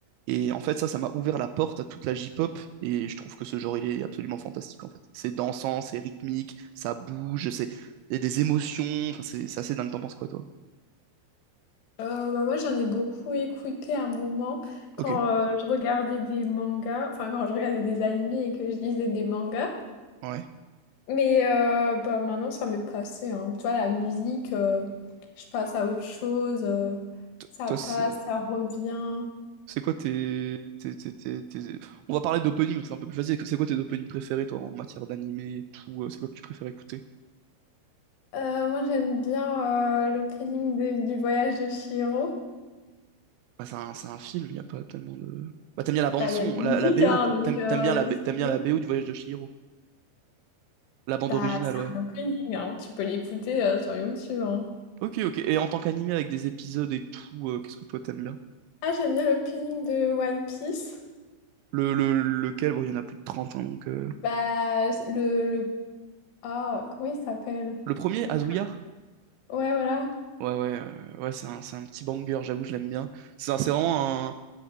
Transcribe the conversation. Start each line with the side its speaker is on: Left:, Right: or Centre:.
Right: Et en fait, ça, ça m'a ouvert la porte à toute la J-pop, et je trouve que ce genre, il est absolument fantastique, en fait. C'est dansant, c'est rythmique, ça bouge, c'est il y a des émotions, enfin, c'est c'est assez dingue, t'en penses quoi, toi?
Left: Euh, bah, moi, j'en ai beaucoup écouté à un moment quand
Right: Ok,
Left: euh, je regardais des mangas, enfin quand je regardais des animés et que je lisais des mangas.
Right: ouais.
Left: Mais euh, bah, maintenant, ça m'est passé. hein. Tu vois, la musique, euh, je passe à autre chose. euh,
Right: T-
Left: ça
Right: Toi,
Left: passe,
Right: c'est
Left: ça revient.
Right: C'est quoi tes, tes, tes- tes- tes- On va parler d'opening, c'est un peu plus facile. C'est quoi tes openings préférés, toi, en matière d'animé et tout? euh, C'est quoi que tu préfères écouter?
Left: Euh, moi, j'aime bien euh, l'opening de- du voyage de Chihiro.
Right: Bah, c'est un, c'est un film, il n'y a pas tellement de... Bah, t'aimes bien la bande-son,
Left: Bah, il y a de la
Right: la,
Left: musique,
Right: la BO,
Left: hein,
Right: quoi.
Left: donc
Right: T'aimes,
Left: euh,
Right: t'aimes bien la,
Left: qu'est-ce
Right: B-
Left: que
Right: t'aimes bien
Left: tu veux?
Right: la BO du Voyage de Chihiro. La bande
Left: Bah,
Right: originale,
Left: c'est
Right: ouais.
Left: un opening, hein. Tu peux l'écouter euh, sur YouTube. hein.
Right: Ok, ok. Et en tant qu'animé avec des épisodes et tout, euh, qu'est-ce que toi t'aimes bien?
Left: Ah, j'aime bien l'opening de One Piece.
Right: Le, le, lequel? Bon, il y en a plus de trente hein, donc... euh,
Left: Bah, le... le- Ah, comment il s'appelle?
Right: Le premier,
Left: Le...
Right: Azuya?
Left: Ouais, voilà.
Right: Ouais, ouais, euh, ouais, c'est un, c'est un petit banger, j'avoue, je l'aime bien. C'est un- c'est vraiment un,